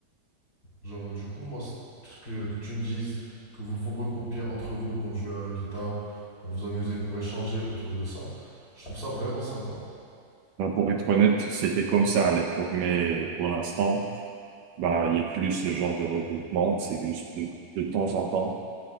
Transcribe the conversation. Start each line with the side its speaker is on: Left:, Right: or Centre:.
Left: Genre du coup, moi, c'est- que, que tu me dises que vous vous regroupiez entre vous pour jouer à la guitare, pour vous amuser, pour échanger autour de ça, je trouve ça vraiment sympa.
Right: Bah, pour être honnête, c'était comme ça à l'époque, mais pour l'instant, bah, il y a plus ce genre de regroupement, c'est juste de, de temps en temps.